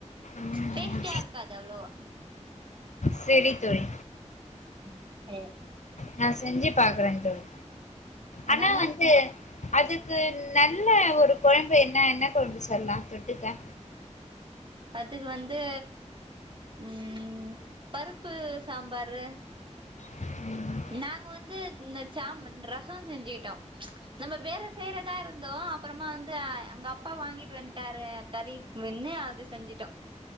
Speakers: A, on the left; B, on the right.
A: ம்
B: டேஸ்ட்டியா இருக்காது அவ்ளோவா
A: செரி தோழி
B: ஆ செரி
A: நா செஞ்சி பாக்குறே தோழி
B: என்னங்க
A: ஆனா வந்து அதுக்கு நல்ல ஒரு கொழம்பு என்ன என்ன கொழம்பு சொல்லலா தொட்டுக்க
B: அதுக்கு வந்து உம் பருப்பு சாம்பாரு
A: <inaudible>
B: நாங்க வந்து இந்த சாமன் ரசோ செஞ்சிட்டோ நம்ம வேற செய்றதா இருந்தோ அப்பறமா அந்து அ அங்க அப்பா வாங்கிட்டு வந்ட்டாரு கறி வென்னு அது செஞ்சிட்டோ